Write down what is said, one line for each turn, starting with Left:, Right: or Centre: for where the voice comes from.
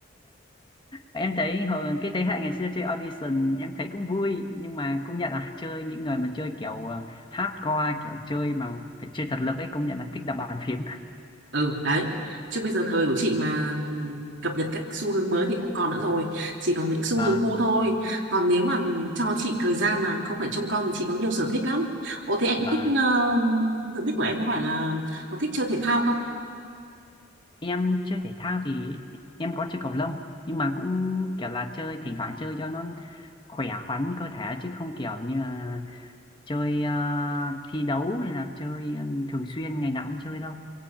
Left: em thấy hồi cái thế hệ ngày xưa chơi audition em thấy cũng vui nhưng mà công nhận là chơi những người mà chơi kiểu ờ, hardcore kiểu chơi mà phải chơi thật lực ấy công nhận là thích đập bàn phím
Right: ừ đấy chứ bây giờ thời của chị mà cập nhật các xu hướng mới thì không còn nữa rồi chỉ còn những xu
Left: và
Right: hướng cũ thôi còn nếu mà cho chị thời gian mà không phải trông con thì chị có nhiều sở thích lắm ồ thế em có
Left: và
Right: thích ờ, sở thích của em có phải là có thích chơi thể thao không
Left: em chơi thể thao thì em có chơi cầu lông nhưng mà cũng kiểu là chơi thỉnh thoảng chơi cho nó khỏe khoắn cơ thể chứ không kiểu như là chơi ờ, thi đấu hay là chơi ờ, thường xuyên ngày nào cũng chơi đâu